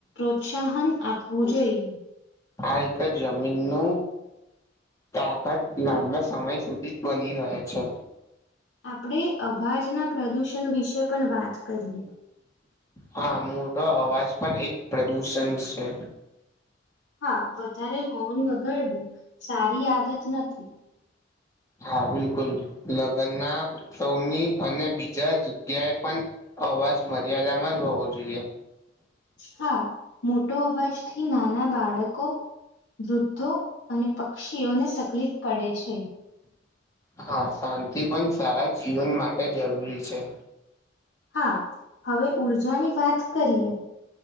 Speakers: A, on the left (about 80°); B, on the left (about 15°).
A: પ્રોત્સાહન આપવું જોઈએ.
B: આ રીતે જમીનનુ તાકાત લાંબા સમય સુધી બની રહે છે.
A: આપણે અવાજના પ્રદુષણ વિશે પણ વાત કરીએ.
B: હા મોટો અવાજ પણ એક પ્રદુષણ છે.
A: હા વધારે હોર્ન વગાડવું સારી આદત નથી.
B: હા બિલકુલ લગ્નના ઉત્સવની અને બીજા જગ્યાએ પણ અવાજ મર્યાદામાં જ હોવો જોઈએ.
A: હા મોટો અવાજથી નાના બાળકો વૃદ્ધો અને પક્ષીઓને તકલીફ પડે છે.
B: હા શાંતિ પણ સારા જીવન માટે જરૂરી છે.
A: હા હવે ઊર્જાની વાત કરીએ.